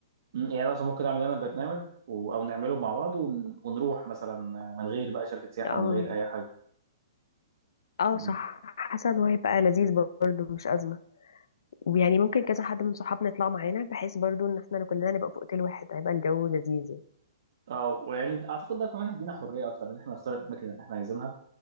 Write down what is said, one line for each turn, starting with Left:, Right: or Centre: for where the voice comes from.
Right: مم. يعني أنا اصلا ممكن اعمل انا برنامج و... او نعمله مع بعض ون... ونروح مثلا من غير بقى شركه سياحه
Left: اه
Right: ومن غير اي حاجه
Left: اه
Right: امم
Left: صح حاسه ان هو هيبقى لذيذ برضو مش ازمه ويعني ممكن كذا حد من صحابنا يطلع معانا بحيث برضو ان احنا كلنا نبقى في اوتيل واحد هيبقى الجو لذيذ يعني.
Right: اه ويعني اعتقد ده كمان هيدينا حريه اكتر ان احنا نختار الاماكن اللي احنا عايزينها